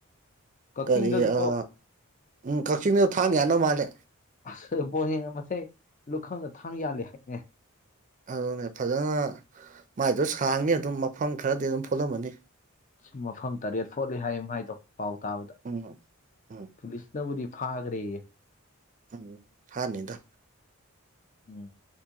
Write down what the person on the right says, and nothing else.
ꯀꯔꯤ ꯑ ꯎꯝ ꯀꯛꯆꯤꯡꯗ ꯊꯥꯡ ꯌꯥꯅꯧ ꯃꯥꯜꯂꯦ
ꯑꯗꯨꯅꯦ ꯐꯖꯅ ꯃꯥꯏꯗꯣ ꯁꯥꯡꯉꯦ ꯑꯗꯨꯝ ꯃꯐꯝ ꯈꯔꯗꯤ ꯑꯗꯨꯝ ꯐꯣꯠꯂꯝꯃꯅꯤ
ꯎꯝ ꯎꯝ
ꯎꯝ ꯍꯥꯅꯤꯗ